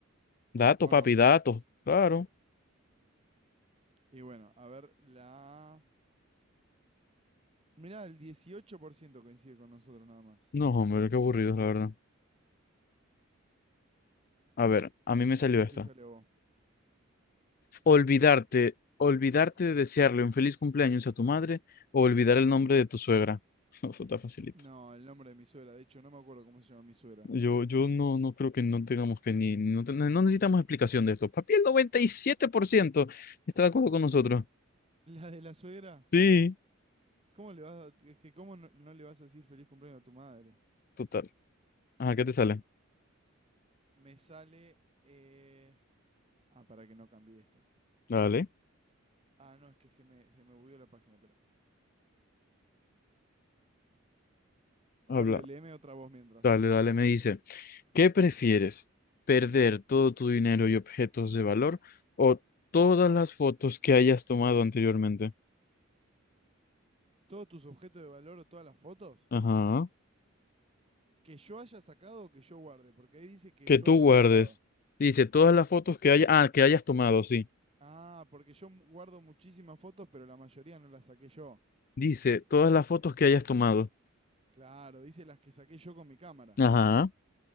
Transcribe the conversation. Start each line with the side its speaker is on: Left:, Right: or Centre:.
Left: Datos,
Right: ¿O
Left: papi,
Right: no?
Left: datos. Claro.
Right: Y bueno, a ver, la... Mirá, el 18% coincide con nosotros nada más.
Left: No, hombre, qué aburrido, la verdad. A ver, a mí me salió
Right: ¿Qué
Left: esta.
Right: te sale a vos?
Left: Olvidarte, olvidarte de desearle un feliz cumpleaños a tu madre o olvidar el nombre de tu suegra. <laughs> Eso está facilito.
Right: No, el nombre de mi suegra. De hecho, no me acuerdo cómo se llama mi suegra.
Left: Yo, yo no, no creo que no tengamos que ni, no, te- no necesitamos explicación de esto. Papi, el 97% está de acuerdo con nosotros.
Right: ¿La de la suegra?
Left: Sí,
Right: ¿Cómo le vas a, es que cómo no, no le vas a decir feliz cumpleaños a tu madre?
Left: total. Ajá, ¿qué te sale?
Right: Me sale... eh, Ah, para que no cambie esta.
Left: Dale,
Right: Ah, no, es que se me, se me bugueó la página, espera. A
Left: habla.
Right: ver, le- léeme otra voz mientras.
Left: Dale, dale, me dice. ¿Qué prefieres? ¿Perder todo tu dinero y objetos de valor o todas las fotos que hayas tomado anteriormente?
Right: ¿Todos tus objetos de valor o todas las fotos?
Left: Ajá.
Right: ¿Que yo haya sacado o que yo guarde? Porque ahí dice que
Left: que
Right: yo
Left: tú
Right: haya
Left: guardes.
Right: sacado.
Left: Dice, todas las fotos que haya, ah, que hayas tomado, sí.
Right: Ah, porque yo mu- guardo muchísimas fotos, pero la mayoría no las saqué yo.
Left: Dice, todas las fotos que hayas tomado.
Right: Claro, dice las que saqué yo con mi cámara.
Left: Ajá.